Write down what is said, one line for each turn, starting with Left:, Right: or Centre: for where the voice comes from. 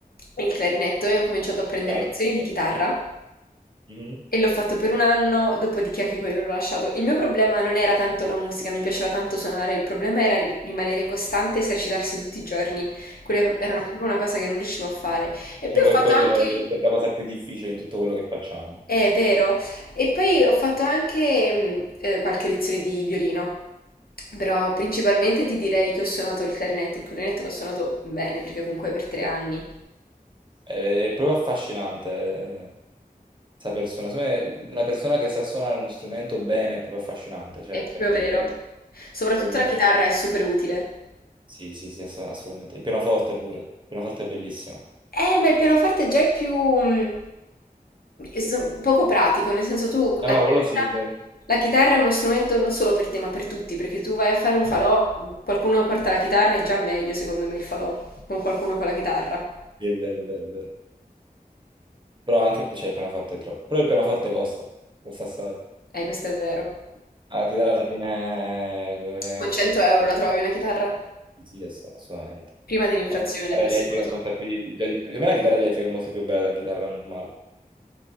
Left: il clarinetto e ho cominciato a prendere
Right: Chiave.
Left: lezioni di chitarra.
Right: Mhm.
Left: E l'ho fatto per un anno, dopodiché anche quello l'ho lasciato. Il mio problema non era tanto la musica, mi piaceva tanto suonare, il problema era ri- rimanere costante, esercitarsi tutti i giorni. Quella era
Right: Ah,
Left: una-
Right: sì.
Left: proprio una cosa che non riuscivo a fare. E
Right: Diciamo
Left: poi ho fatto
Right: che quello
Left: anche...
Right: è sempre la cosa più difficile in tutto quello che facciamo.
Left: È vero. E poi ho fatto anche mh, eh, qualche lezione di violino, però principalmente ti direi che ho suonato il clarinetto. Il clarinetto l'ho suonato bene perché comunque è per tre anni.
Right: È, è proprio affascinante questa persona. Secondo me, una persona che sa suonare uno strumento bene è proprio affascinante. Cioè,
Left: È proprio
Right: è, è
Left: vero.
Right: bello,
Left: Soprattutto
Right: proprio bello.
Left: la chitarra è super utile.
Right: Sì, sì, sì, ass- assolutamente. Il pianoforte pure. Il pianoforte è bellissimo.
Left: Eh, ma il pianoforte già è più mh, so- poco pratico, nel senso tu
Right: Ah
Left: la
Right: no,
Left: chitarra,
Right: quello sì, è vero.
Left: la chitarra è uno strumento non solo per te, ma per tutti, perché tu vai a fare un falò, qualcuno porta la chitarra, è già meglio secondo me il falò con qualcuno con la chitarra.
Right: Sì, è vero, è vero, è vero. Però anche cioè, il pianoforte è troppo. Però il pianoforte costa, costa assai.
Left: Eh, questo è vero.
Right: La chitarra alla fine...
Left: Con 100
Right: eh,
Left: euro la trovi una chitarra?
Right: Sì, sì, ass- assolutamente.
Left: Prima dell'inflazione,
Right: Ma La chitarra
Left: adesso
Right: elettrica
Left: non lo so.
Right: costa più di, già di più. Secondo me la chitarra elettrica è molto più bella della chitarra normale.